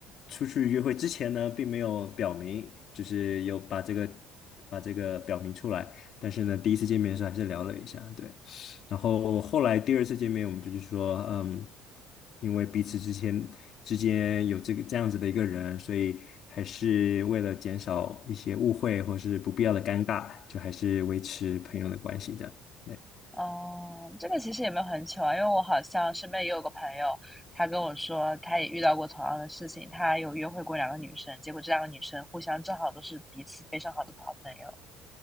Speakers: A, on the left; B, in the centre.
A: 出去约会之前呢，并没有表明，就是有把这个把这个表明出来，但是呢，第一次见面的时候还是聊了一下，对。然后后来第二次见面，我们就是说，嗯，因为彼此之间之间有这个这样子的一个人，所以还是为了减少一些误会或是不必要的尴尬，就还是维持朋友的关系这样。对，
B: 哦，这个其实也没有很糗啊，因为我好像身边也有个朋友，他跟我说他也遇到过同样的事情，他有约会过两个女生，结果这两个女生互相正好都是彼此非常好的好朋友。